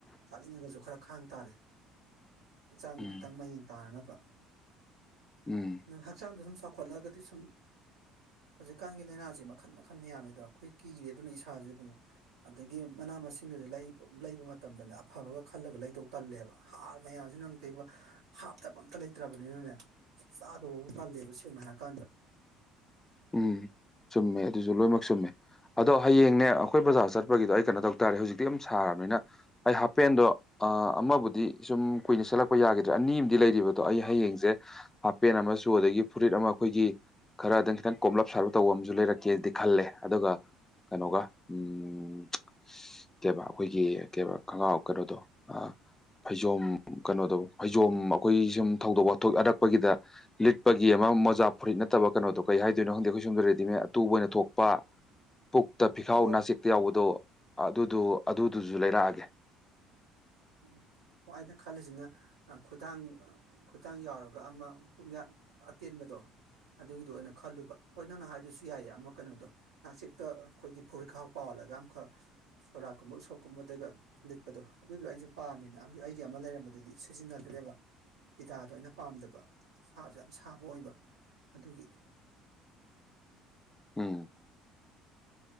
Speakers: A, on the right; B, on the left.
A: ꯆꯥꯅꯤꯡꯉꯒꯁꯨ ꯈꯔ ꯈꯥꯡ ꯇꯥꯔꯦ ꯍꯛꯆꯥꯡꯗꯨ
B: ꯎꯝ
A: ꯈꯤꯇꯪ ꯃꯌꯦꯡ ꯇꯥꯅꯕ
B: ꯎꯝ
A: ꯑꯗꯨꯅ ꯍꯛꯆꯥꯡꯗ ꯁꯨꯝ ꯆꯥꯎꯈꯠꯂꯛꯑꯒꯗꯤ ꯁꯨꯝ ꯍꯧꯖꯤꯛꯀꯥꯟꯒꯤ ꯂꯥꯏꯅꯥꯁꯤ ꯃꯈꯟ ꯃꯈꯟ ꯃꯌꯥꯅꯤꯗꯅ ꯑꯩꯈꯣꯏ ꯀꯤꯔꯦ ꯑꯗꯨꯅ ꯏꯁꯥꯥꯁꯦꯕꯨꯨꯡꯉ ꯑꯗꯒꯤ ꯃꯅꯥ ꯃꯁꯤꯡꯒꯁꯦ ꯂꯩꯕ ꯃꯇꯝꯗꯅꯦ ꯑꯐꯕꯒ ꯈꯜꯂꯒ ꯂꯩꯇꯧ ꯇꯜꯂꯦꯕ ꯍꯥꯔ ꯃꯌꯥꯝꯁꯤꯅ ꯂꯩꯕ ꯍꯥꯞꯇꯕ ꯑꯝꯇ ꯂꯩꯇ꯭ꯔꯕꯅꯤꯅꯅꯦ ꯆꯥꯗꯧꯕꯕꯨ ꯇꯜꯂꯦꯕ ꯁꯦꯡꯅ ꯍꯥꯏꯔ ꯀꯥꯟꯗ
B: ꯎꯝ ꯆꯨꯝꯃꯦ ꯑꯗꯨꯁꯨ ꯂꯣꯏꯅꯃꯛ ꯆꯨꯝꯃꯦ ꯑꯗꯣ ꯍꯌꯦꯡꯅꯦ ꯑꯩꯈꯣꯏ ꯕꯖꯥꯔ ꯆꯠꯄꯒꯤꯗꯣ ꯑꯩ ꯀꯩꯅꯣ ꯇꯧ ꯇꯥꯔꯦ ꯍꯧꯖꯤꯛꯇꯤ ꯌꯥꯝ ꯁꯥꯔꯕꯅꯤꯅ ꯑꯩ ꯍꯥꯄꯦꯟꯗꯣ ꯑ ꯑꯃꯕꯨꯗꯤ ꯁꯨꯝ ꯀꯨꯏꯅ ꯁ‌ꯦꯠꯂꯛꯄ ꯌꯥꯒꯗ꯭ꯔꯦ ꯑꯅꯤ ꯑꯃꯗꯤ ꯂꯩꯔꯤꯕꯗꯣ ꯑꯩ ꯍꯌꯦꯡꯁꯦ ꯍꯥꯄꯦꯟ ꯑꯃꯁꯨ ꯑꯗꯒꯤ ꯐꯨꯔꯤꯠ ꯑꯃ ꯑꯩꯈꯣꯏꯒꯤ ꯈꯔꯥ ꯈꯤꯇꯪ ꯀꯣꯝꯂꯞ ꯁꯥꯔꯔꯕ ꯇꯧꯕ ꯑꯃꯁꯨ ꯂꯩꯔꯛꯀꯦꯗꯤ ꯈꯜꯂꯦ ꯑꯗꯨꯒ ꯀꯩꯅꯣꯒ ꯎꯝ ꯀꯩꯕ ꯑꯩꯈꯣꯏꯒꯤ ꯀꯩꯕ ꯈꯒ꯭ꯔꯥꯎ ꯀꯩꯅꯣꯗꯣ ꯑꯥ ꯐꯩꯖꯣꯝ ꯀꯩꯅꯣꯗꯣ ꯐꯩꯖꯣꯝ ꯑꯩꯈꯣꯏ ꯁꯨꯝ ꯊꯧꯗꯣꯛ ꯋꯥꯊꯣꯛ ꯑꯅꯛꯄꯒꯤꯗ ꯂꯤꯠꯄꯒꯤ ꯑꯃ ꯃꯣꯖꯥ ꯐꯨꯔꯤꯠ ꯅꯠꯇꯕ ꯀꯩꯅꯣꯗꯣ ꯀꯩ ꯍꯥꯏ ꯀꯅꯣ ꯈꯪꯗꯦ ꯑꯩꯈꯣꯏ ꯁꯣꯝꯗ ꯔꯦꯗꯤꯃꯦꯗ ꯑꯇꯨꯕ ꯑꯣꯏꯅ ꯊꯣꯛꯄ ꯄꯨꯛꯇ ꯐꯤꯈꯥꯎ
A: ꯑꯣ
B: ꯅꯥꯆ‌ꯦꯛ ꯌꯥꯎꯕꯗꯣ ꯑꯗꯨꯗꯣ ꯑꯗꯨꯗꯨꯁꯨ ꯂꯩꯔꯛꯑꯒꯦ
A: ꯎꯝ ꯍ‌ꯦ ꯑꯩꯅ ꯈꯜꯂꯤꯁꯤꯅ ꯈꯨꯗꯥꯡ ꯈꯨꯗꯥꯡ ꯌꯥꯎꯔꯒ ꯑꯃ ꯄꯨꯝꯌꯥꯠ ꯑꯇꯦꯟꯕꯗꯣ ꯑꯗꯨꯒꯤꯗꯨ ꯑꯣꯏꯅ ꯈꯜꯂꯨꯕ ꯍꯣꯏ ꯅꯪꯅ ꯍꯥꯏꯗꯨꯁꯨ ꯌꯥꯏꯌꯦ ꯑꯃ ꯀꯩꯅꯣꯗꯣ ꯅꯆꯤꯛꯇ ꯑꯩꯈꯣꯏꯒꯤ ꯐꯨꯔꯤꯈꯥꯎ ꯄꯥꯜꯂꯒ ꯑꯃꯈꯛ ꯁꯣꯔꯥꯛꯀꯨꯝꯕ ꯎꯁꯣꯞꯀꯨꯝꯕꯗꯒ ꯂꯤꯠꯄꯗꯣ ꯑꯗꯨꯗꯣ ꯑꯩꯁꯨ ꯄꯥꯝꯃꯤꯅ‌ꯦ ꯑꯩꯒꯤ ꯑꯃ ꯂꯩꯔꯝꯕꯗꯨꯗꯤ ꯁꯤꯖꯤꯟꯅꯗ꯭ꯔꯦꯕ ꯐꯤꯗꯥꯗꯣ ꯑꯩꯅ ꯄꯥꯝꯗꯕ ꯁꯥꯁꯨ ꯌꯥꯝ ꯁꯥꯕ ꯑꯣꯏꯕ ꯑꯗꯨꯒꯤ
B: ꯎꯝ